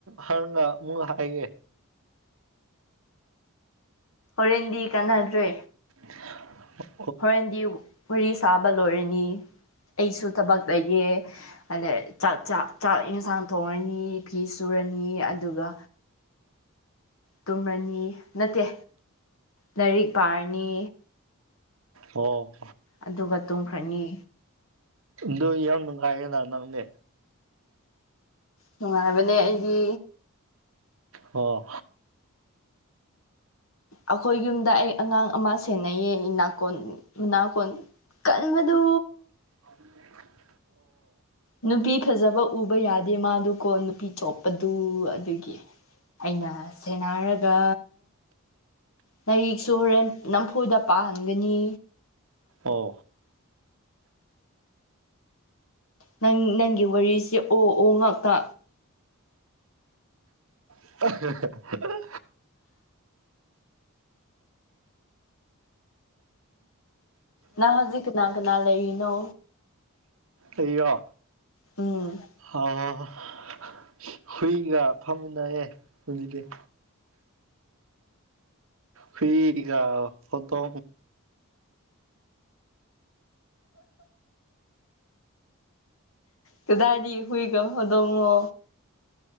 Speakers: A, on the right; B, on the left.
A: ꯍꯪꯒ ꯑꯃꯨꯛ ꯍꯥꯏꯒꯦ
B: ꯍꯣꯔꯦꯟꯗꯤ ꯀꯥꯟꯅꯗ꯭ꯔꯦ
A: <unintelligible>
B: ꯍꯣꯔꯦꯟꯗꯤ ꯋꯥꯔꯤ ꯁꯥꯕ ꯂꯣꯏꯔꯅꯤ ꯑꯩꯁꯨ ꯊꯕꯛꯛꯇꯌꯦ ꯑꯗ ꯆꯥꯛ ꯆꯥꯛ ꯆꯥꯛ ꯌꯦꯟꯁꯥꯡ ꯊꯣꯡꯉꯅꯤ ꯐꯤ ꯁꯨꯔ ꯅꯤ ꯑꯗꯨꯒ ꯇꯨꯝꯔꯅꯤ ꯅꯠꯇꯦ ꯂꯥꯏꯔꯤꯛ ꯄꯥꯔꯅꯤ
A: ꯑꯣ
B: ꯑꯗꯨꯒ ꯇꯨꯝꯈ꯭ꯔꯅꯤ
A: ꯗꯣ ꯏ ꯑꯗꯨꯅꯨꯡ ꯀꯥꯏꯒꯗ ꯅꯪꯗꯦ
B: ꯅꯨꯡꯉꯥꯏꯔꯕꯅꯦ ꯑꯩꯗꯤ
A: ꯑꯣ
B: ꯑꯩꯈꯣꯏ ꯌꯨꯝꯗ ꯑꯩ ꯑꯉꯥꯡ ꯑꯃ ꯁꯦꯟꯅꯩꯌꯦ ꯅꯥꯀꯣꯟ ꯅꯥꯀꯣꯟ ꯀꯟꯕꯗꯨ
A: ꯑꯃꯦ
B: ꯅꯨꯄꯤ ꯐꯖꯕ ꯎꯕ ꯌꯥꯗꯦ ꯃꯥꯗꯨꯀꯣ ꯅꯨꯄꯤ ꯆꯣꯞꯄꯗꯨ ꯑꯗꯨꯒꯤ ꯑꯩꯅ ꯁꯦꯟꯅꯔꯒ ꯅꯔꯤꯛꯁꯨ ꯍꯣꯔꯦꯟ ꯅꯝꯐꯨꯗ ꯄꯥꯍꯟꯒꯅꯤ
A: ꯑꯣ
B: ꯅꯪ ꯅꯪꯒꯤ ꯋꯥꯔꯤꯁꯦ ꯑꯣ ꯑꯣ ꯉꯥꯛꯇ
A: <unintelligible>
B: ꯅ ꯍꯧꯖꯤꯛ ꯀꯅꯥ ꯀꯅꯥ ꯂꯩꯅꯣ
A: ꯑꯩꯔꯣ
B: ꯎꯝ
A: ꯑ ꯍꯨꯏꯒ ꯐꯝꯃꯤꯅꯩꯍꯦ ꯍꯧꯖꯤꯗꯤ ꯐꯤꯀ ꯑꯣꯗꯣ
B: ꯀꯗꯥꯏꯗꯤ ꯍꯨꯏꯒꯗꯉꯣ